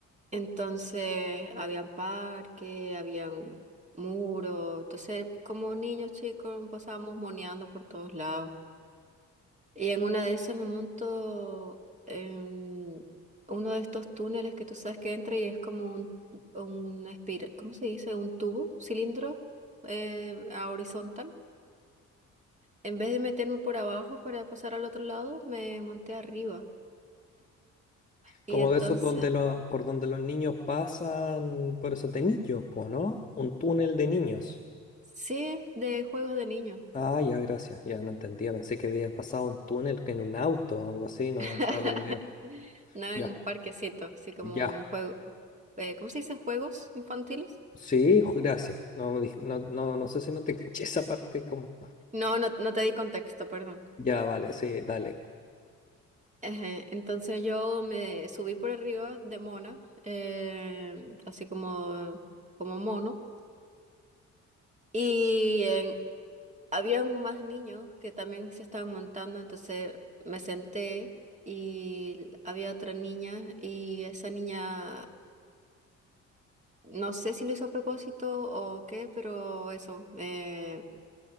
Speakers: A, on the right (about 25°); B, on the left (about 25°).
A: entonces habían parque, habían muros, entonces como niños chicos pasábamos moneando por todos lados. Y en una de esas me monto en uno de estos túneles que tú sabes que entra y es como un, una espira, ¿cómo se dice? Un tubo, cilindro eh, a horizontal. En vez de meterme por abajo para pasar al otro lado, me monté arriba. Y
B: Como
A: entonces,
B: de esos donde lo, por donde los niños pasan por esos de niños, po, ¿no? Un túnel de niños.
A: sí, de juegos de niños.
B: Ah, ya, gracias. Ya no entendía. Pensé que había pasado un túnel que en un auto o algo así. No,
A: <laughs>
B: estaba perdido.
A: No en
B: Ya,
A: un parquecito, así como
B: ya.
A: un juego. eh, ¿cómo se dicen ¿Juegos infantiles?
B: Sí, ju- gracias. No, me dij- no, no, no sé si no te <laughs> caché esa parte como.
A: No, no, no te di contexto, perdón.
B: Ya, vale, sí, dale.
A: Ejé, Entonces yo me subí por arriba de mona, eh, así como, como mono, y en- habían más niños que también se estaban montando, entonces me senté y había otra niña y esa niña, no sé si lo hizo a propósito o qué, pero eso, eh,